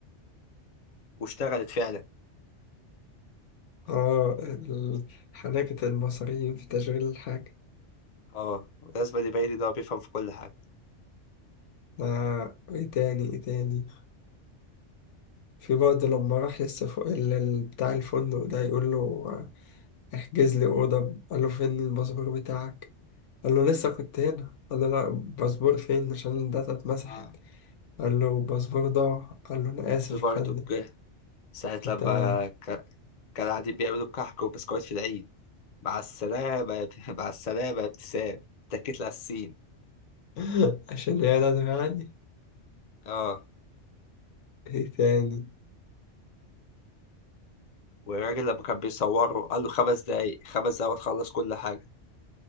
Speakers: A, on the left; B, on the left.
A: واشتغلت فعلا
B: اه ال- حنكة المصريين في تشغيل الحاجة
A: أه لازم يبين إن هو بيفهم في كل حاجة
B: آه ايه تاني ايه تاني في برضه لما راح للسف... ال- ال- بتاع الفندق ده يقول له آه، احجز لي أوضة قال له فين الباسبور بتاعك قال له لسه كنت هنا قال له لا الباسبور فين عشان الداتا اتمسحت
A: آه.
B: قال له الباسبور ضاع قال له أنا آسف
A: في برضه
B: يا فندم
A: ساعة
B: أنت
A: لما ك- كانوا قاعدين بيعملوا كحك وبسكويت في العيد مع السلامة يا <laughs> مع السلامة يا ابتسام اتكيت على السين
B: <laughs> عشان يعني أنا عادي
A: اه
B: إيه تاني
A: والراجل لما كان بيصوره قال له خمس دقايق خمس دقايق وتخلص كل حاجة